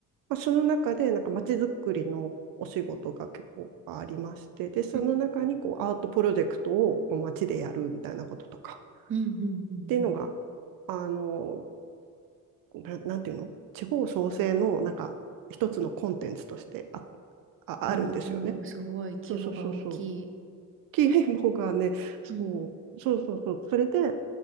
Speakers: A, on the right; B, on the right.
A: まあ、その中で、なんか街づくりのお仕事が結構ありまして、で、その中にこうアートプロジェクトをこう街でやるみたいなこととか
B: うん。うんうんうん
A: っていうのが、
B: うん
A: あの、な、なんていうの地方創生のなんか一つのコンテンツとしてあ、あ、
B: うん。
A: あるんですよね。
B: おー、すごい、規模が大きい。
A: そうそうそうそう。キーボがね、そう、
B: うん。
A: そうそうそう。それで、